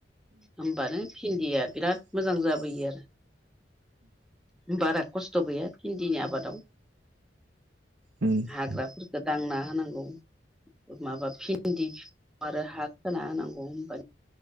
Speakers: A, in the centre; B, on the right.
A: होमबानो भिन्दिया बिराद
B: दा <unintelligible>
A: मोजां
B: उम उम।
A: जाबोयो आरो बारा खस्थ' गैया भिन्दिनि आबादाव।
B: उम।
A: हाग्राफोरफोरखौ दांना होनांगौ। माबा भिन्दि आरो हा खोना होनांगौ होनबा